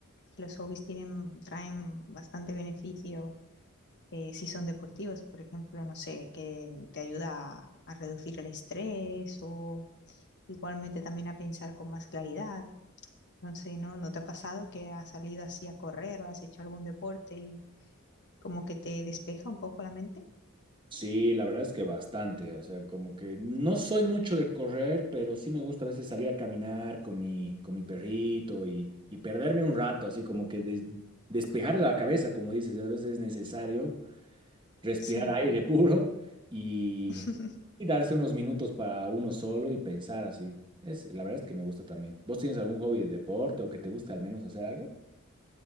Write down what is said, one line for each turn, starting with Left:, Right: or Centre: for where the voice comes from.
Left: los hobbies tienen, traen bastante beneficio eh, si son deportivos, por ejemplo, no sé, que te ayuda a, a reducir el estrés o igualmente también a pensar con más claridad. No sé, ¿no? ¿No te ha pasado que has salido así a correr o has hecho algún deporte y como que te despeja un poco la mente?
Right: Sí, la verdad es que bastante, o sea, como que no soy mucho de correr, pero sí me gusta a veces salir a caminar con mi, con mi perrito y, y perderme un rato, así como que des- despejar la cabeza, como dices, a veces es necesario respirar
Left: Sí,
Right: aire <laughs> puro y,
Left: <laughs>
Right: y darse unos minutos para uno solo y pensar así. Es, la verdad es que me gusta también. ¿Vos tienes algún hobby de deporte o que te guste al menos hacer algo?